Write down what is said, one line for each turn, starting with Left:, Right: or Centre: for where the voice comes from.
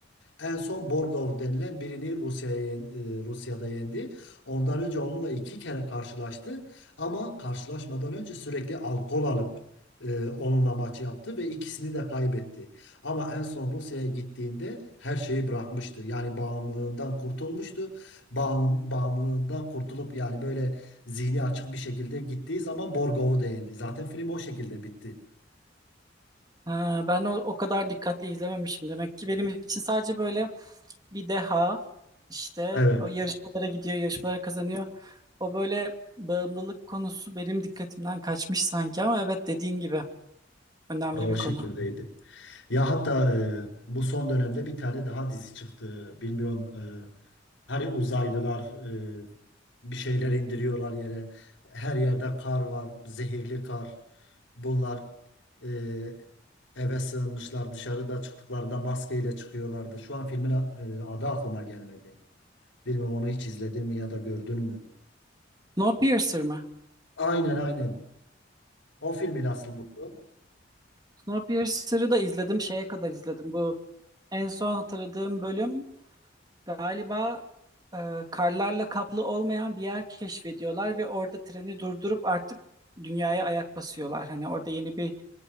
Left: e, en son Borgov denilen birini Rusya'ya yen- e, Rusya'da yendi. Ondan önce onunla iki kere karşılaştı ama karşılaşmadan önce sürekli alkol alıp e, onunla maç yaptı ve ikisini de kaybetti. Ama en son Rusya'ya gittiğinde her şeyi bırakmıştı. Yani bağımlılığından kurtulmuştu. Bağım- bağımlılığından kurtulup yani böyle zihni açık bir şekilde gittiği zaman Borgov'u da yendi. Zaten film o şekilde bitti.
Right: Ha, ben o, o kadar dikkatli izlememişim. Demek ki benim için sadece böyle bir deha işte
Left: Evet,
Right: o yarışmalara gidiyor, yarışmalara kazanıyor. O böyle bağımlılık konusu benim dikkatimden kaçmış sanki ama evet dediğin gibi önemli
Left: o
Right: bir konu.
Left: şekildeydi. Ya hatta e, bu son dönemde bir tane daha dizi çıktı. Bilmiyorum e, hani uzaylılar e, bir şeyler indiriyorlar yere. Her yerde kar var, zehirli kar. Bunlar e, eve sığınmışlar. Dışarıda çıktıklarında maskeyle çıkıyorlardı. Şu an filmin a- e, adı aklıma gelmedi. Bilmem onu hiç izledin mi ya da gördün mü?
Right: Snowpiercer mı?
Left: Aynen aynen. O filmi nasıl buldun?
Right: Snowpiercer'ı da izledim. Şeye kadar izledim. Bu en son hatırladığım bölüm galiba e, karlarla kaplı olmayan bir yer keşfediyorlar ve orada treni durdurup artık dünyaya ayak basıyorlar. Hani orada yeni bir